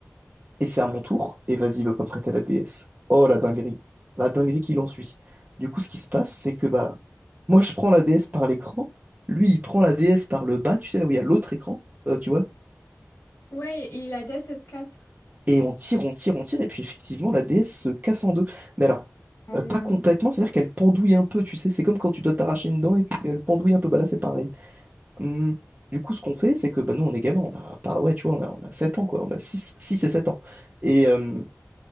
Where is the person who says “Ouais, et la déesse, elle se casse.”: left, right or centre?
Left